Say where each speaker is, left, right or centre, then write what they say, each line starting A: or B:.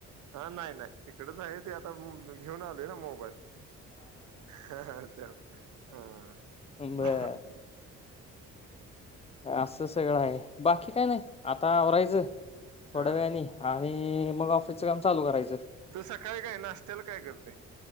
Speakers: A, on the right (about 75°); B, on the left (about 20°).
A: हा नाही नाही तिकडेच आहे ते आता म. म घेऊन आलेय ना मोबाईल हा हा त्यात.. हा
B: बर
A: हू हू
B: असं सगळं आहे बाकी काय नाही आता आवरायचं थोड्या
A: हा
B: वेळानी आणि मग ऑफिसचं काम चालू करायचं
A: तू सकाळी काय नाश्त्याला काय करतोय